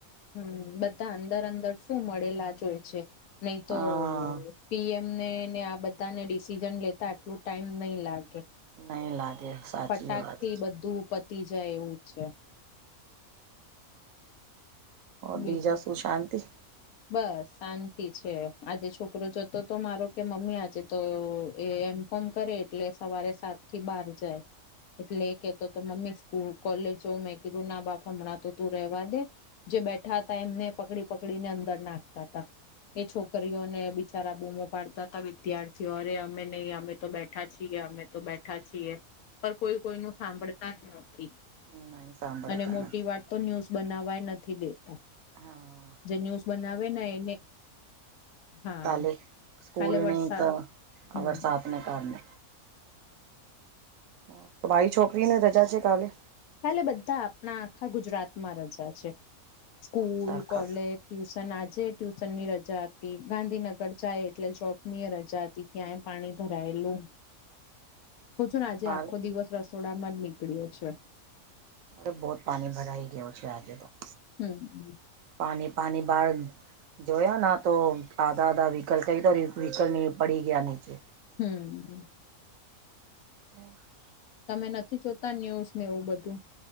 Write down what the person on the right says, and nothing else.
હા
નહી લાગે સાચી
વાત
બીજા શુ સાંતિ?
નહી સાંભળતા
નથી
હા
કાલે સ્કૂલ
ને, ક
અગર સાદ. અને કારને. <unintelligible> છોકરીને રજા છે કાલે.
અચ્છા આખા
મારે
અરે! બહુત પાની ભરાઈ ગયો છે આજે તો.
પાની-પાની બાર્ગ જોયા ના તો આધા આધા વ્હીકલ કઈ તો વ્હીકલ ની પડી ગયા નીચે.
હ